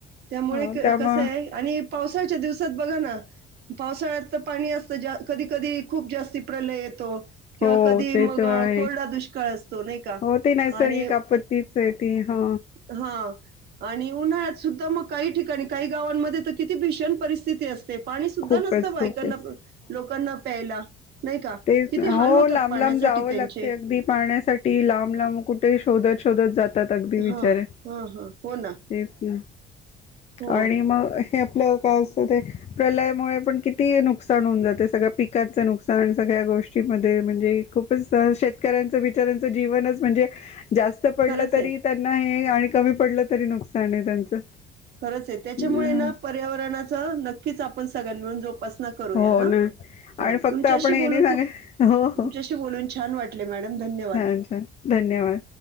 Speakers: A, on the right (about 65°); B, on the left (about 40°).
A: त्यामुळे
B: हो त्यामुळे
A: कसं आहे आणि पावसाळ्याच्या दिवसात बघा ना पावसाळ्यात तर पाणी असतं कधी कधी खूप जास्ती प्रलय येतो. किंवा
B: हो
A: कधी
B: ते
A: मग
B: तर आहे
A: कोरडा दुष्काळ असतो नाही का
B: हो ते नैसर्गिक
A: आणि
B: आपत्तीच आहे ती हा
A: हा आणि उन्हाळ्यात सुद्धा मग काही ठिकाणी काही गावांमध्ये तर किती भीषण परिस्थिती अस ते पाणी सुद्धा
B: खूपच
A: नसत बायकांना
B: खूपच
A: लोकांना प्यायला नाही. का?
B: ते हो
A: किती हाल होतात
B: लांब
A: पाण्यासाठी
B: लांब जावं
A: त्यांचे.
B: लागते अगदी पाण्यासाठी साठी लांब लांब कुठे शोधत शोधत जात अगदी बिचारे
A: हां,
B: तेच
A: हां, हां. हो ना.
B: ना
A: हो.
B: आणि मग हे आपलं काय असतं ते प्रलयमुळे पण किती नुकसान होऊन जाते सगळ्या पिकांचं नुकसान सगळ्या गोष्टीमध्ये म्हणजे खूपच शेतकऱ्यांच बिचाऱ्यांचं जीवनच म्हणजे जास्त पडलं
A: खरंच
B: तरी
A: आहे,
B: त्यांना आणि कमी पडलं तरी नुकसान आहे त्यांचं
A: खरंच आहे
B: अ,
A: त्याच्यामुळे ना पर्यावरणाचं नक्कीच आप ण सगळ्यां मिळून जोपा सना करूया
B: हो
A: हा
B: ना
A: ह
B: आणि फक्त
A: तुमच्याशी
B: आपण हे
A: बोलून
B: नाही सांगाय
A: खूप
B: हो
A: तुमच्याशी
B: हो
A: बोलून छान वाटल मॅडम धन्यवाद
B: छान छान धन्यवाद.